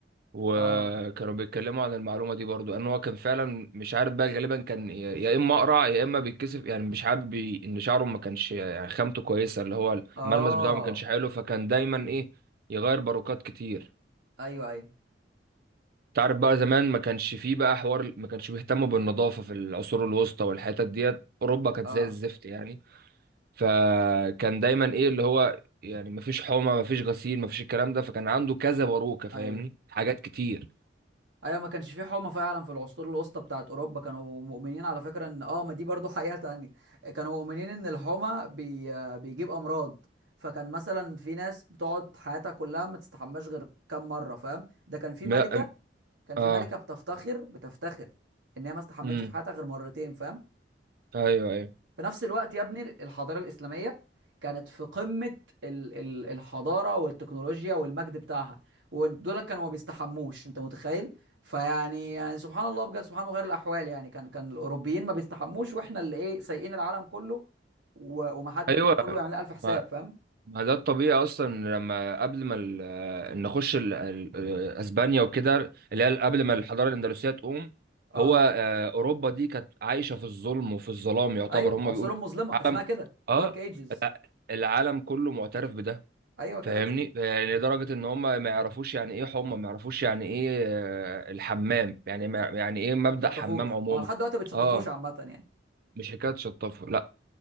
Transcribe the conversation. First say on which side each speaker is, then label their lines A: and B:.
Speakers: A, on the right; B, on the right.
A: وكانوا
B: اه
A: بيتكلموا عن المعلومه دي برضه ان هو كان فعلا مش عارف بقى غالبا كان يا يا اما اقرع يا اما بيتكسف يعني مش حابب ي- ان شعره ما كانش يعني خامته كويسه اللي هو
B: اه
A: الملمس بتاعه ما كانش حلو فكان دايما ايه يغير باروكات كتير
B: ايوه ايوه
A: تعرف بقى زمان ما كانش فيه بقى حوار ما كانش بيهتموا بالنظافه في العصور الوسطى والحتت ديت اوروبا كانت
B: اه
A: زي الزفت يعني فكان دايما ايه اللي هو يعني مفيش حومه مفيش غسيل مفيش الكلام ده فكان عنده كذا باروكه فاهمني
B: ايوه
A: حاجات كتير
B: ايوه ما كانش في حومه فعلا في العصور الوسطى بتاعت اوروبا كانوا مؤمنين على فكره ان اه ما دي برضو <laughs> حقيقه تانية كانوا مؤمنين ان الحومه بي... آه، بيجيب امراض فكان مثلا في ناس بتقعد حياتها كلها ما تستحماش غير كام مره فاهم ده كان في
A: ما
B: ملكه كان في
A: اه
B: ملكه بتفتخر بتفتخر ان هي ما استحمتش
A: امم
B: في حياتها غير مرتين فاهم
A: ايوه ايوه
B: في نفس الوقت يا ابني الحضارة الإسلامية كانت في قمة ال- ال- الحضارة والتكنولوجيا والمجد بتاعها ودول كانوا ما بيستحموش انت متخيل فيعني يعني سبحان الله بجد سبحان الله غير الأحوال يعني كان كان الأوروبيين ما بيستحموش واحنا اللي ايه سايقين العالم كله و- ومحد
A: ايوه
B: وكله بيعمل لنا ألف حساب
A: ما
B: فاهم
A: ما ده الطبيعي اصلا لما قبل ما ال- آه، نخش ال- ال- آه، اسبانيا وكده اللي هي قبل ما الحضاره الاندلسيه تقوم
B: اه
A: هو آه، اوروبا دي كانت عايشه في الظلم وفي الظلام يعتبر
B: ايوه
A: هم
B: عصور
A: بيقولوا
B: مظلمة
A: العالم
B: اسمها كده
A: اه
B: دارك ايجز
A: الع- العالم كله معترف بده
B: ايوه كده
A: فاهمني
B: كده
A: يعني لدرجه ان هم ما يعرفوش يعني ايه حمى ما يعرفوش يعني ايه آه، الحمام يعني ما يعني ايه مبدأ
B: شطفوش
A: حمام عموما
B: هو لحد دلوقتي بتشطفوش
A: اه
B: عامة يعني
A: مش حكايه شطافه لا